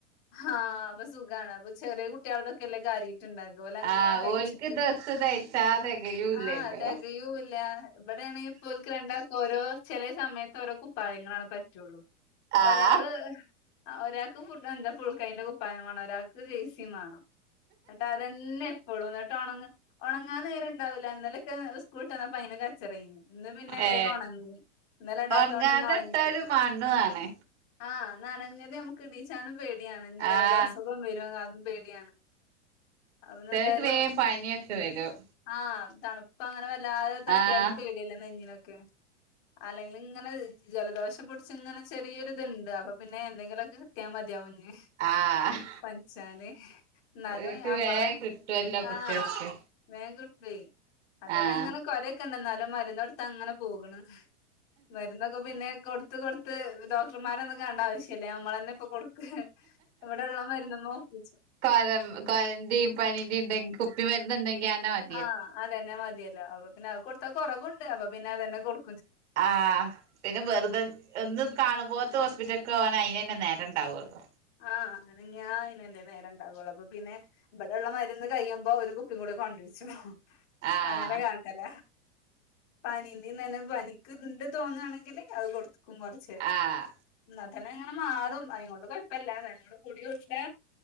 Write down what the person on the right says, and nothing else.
ആഹ്
ഓൽക്ക് ഡ്രസ്സ് തയ്ച്ചാ തെകയൂല്ലല്ലോ
ആഹ്
ഏ
ഉറങ്ങാതെട്ട
ഒരു മണ്ണു ആണ്
ആഹ്
ചിലർക്ക് വേഗം പനിയൊക്കെ വരും
ആഹ്
ആഹ്
ഓര്ക്ക്
വേഗം കിട്ടുവല്ലോ കുട്ടികൾക്ക്
ആഹ്
കരം കൊരന്റിം പനിന്റെ ഇണ്ടെങ്കി കുപ്പി മരുന്ന് ഇണ്ടെങ്കി അയന്നെ മതി
ആഹ് പിന്ന വെർതെ ഒന്ന് കാണുമ്പോത്ത് ഹോസ്പിറ്റൽ ക്കോവാന് അയ്നെന്നെ നേരണ്ടാവൊള്ളു
ആഹ്
ആഹ്